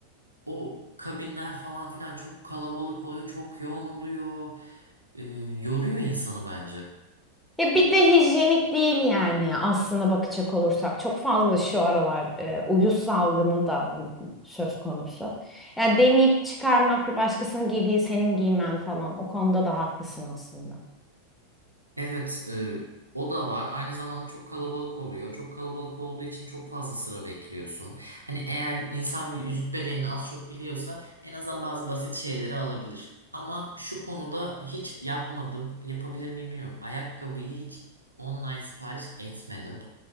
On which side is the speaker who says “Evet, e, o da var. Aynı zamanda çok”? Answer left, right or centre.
Right